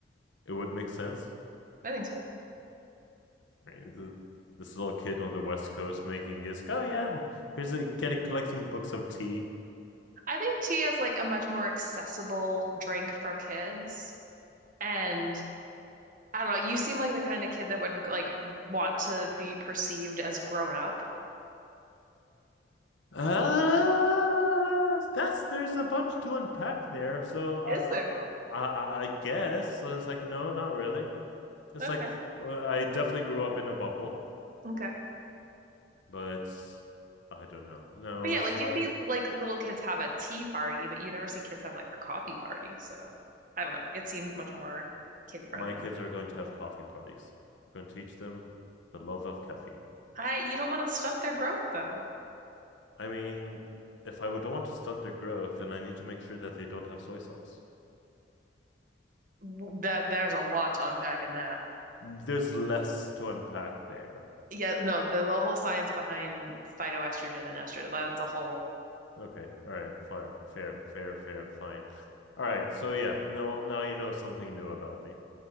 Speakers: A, on the left; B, on the right.
A: It would make sense.
B: I think so.
A: I mean, the, this little kid on the West Coast making his oh yeah, here's a getting collecting books of tea.
B: I think tea is like a much more accessible drink for kids. And I don't know, you seem like the kind of kid that would like want to be perceived as grown up.
A: Uh, that's there's a bunch to unpack there. So I
B: Is there?
A: I I, I I guess I was like, no, not really. It's
B: Okay.
A: like uh, I definitely grew up in a bubble,
B: Okay.
A: but I don't know. No,
B: But yeah,
A: it's
B: like
A: like
B: you see like little kids have a tea party, but you never see kids have like a coffee party. So I don't know. It seems much more kid friendly.
A: my kids are going to have coffee parties. I'm going to teach them the love of caffeine.
B: I you don't want to stunt their growth though.
A: I mean, if I would don't want to stunt their growth, then I need to make sure that they don't have soy sauce.
B: That there's a lot to unpack in that.
A: There's less to unpack there.
B: Yeah, no, the the whole science behind phytoestrogen and estrogen, that's a whole
A: Okay. All right. Fair, fair, fair, fair, fine. All right. So yeah, no, well, now you know something new about me.